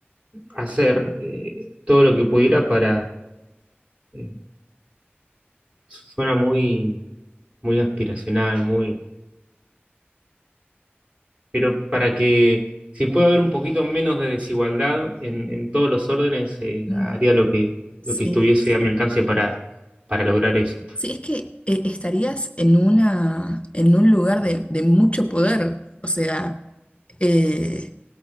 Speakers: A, on the right (about 30°); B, on the left (about 30°).
A: hacer eh, todo lo que pudiera para, eh, suena muy, muy aspiracional, muy, pero para que si puede haber un poquito menos de desigualdad en, en todos los órdenes, eh,
B: Mm,
A: haría lo que,
B: Sí.
A: lo que estuviese a mi alcance para, para lograr eso.
B: Sí, es que eh, estarías en una, en un lugar de, de mucho poder, o sea, eh,